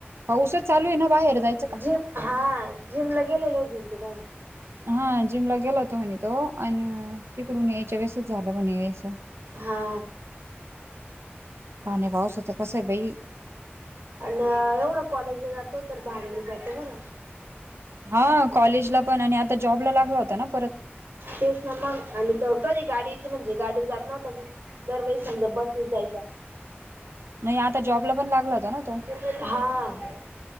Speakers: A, on the right; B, on the right.
A: पाऊसच चालूए ना बाहेर जाय
B: जिम हा जिम ला गेलेलो होते ना ते बाहेर
A: हा जिमला गेला होतो म्हणे तो अन तिकडून यायच्या वेळेसच झाला म्हणे हे असं
B: हा
A: पाण्या पावसाच कसंए बाई
B: अन एवढं कॉलेजला जातो तर भाड्याने जातो बरं
A: हा कॉलेजला पण आणि आता जॉबला लागला होता ना परत
B: तेच ना मग आणि त कधी गाडीच म्हणजे गाडीवर जात नव्हता दरवेळी समजा बसनेच जायचा
A: नइआता जॉबला पण लागला होता ना तो
B: हा